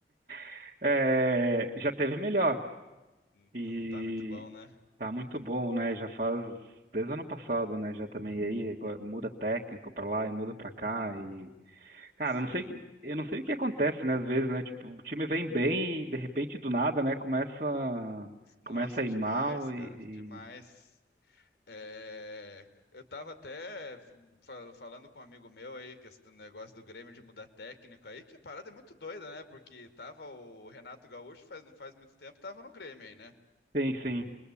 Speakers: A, on the right; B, on the left.
A: <laughs> é, já teve melhor.
B: Não
A: E
B: não tá muito bom, né?
A: Tá muito bom, né? Já faz desde o ano passado, né? Já também e aí agora muda técnico pra lá e muda pra cá e cara,
B: Sim.
A: eu não sei, que- eu não sei o que acontece, né? Às vezes, né? Tipo, o time vem bem e de repente do nada, né? Começa,
B: Nossa,
A: começa a
B: demais,
A: ir mal
B: cara,
A: e, e...
B: demais. É, eu estava até fal- falando com um amigo meu aí, que esse negócio do Grêmio de mudar técnico aí, que a parada é muito doida, né? Porque tava o Renato Gaúcho, faz, não faz muito tempo, tava no Grêmio aí, né?
A: Sim, sim.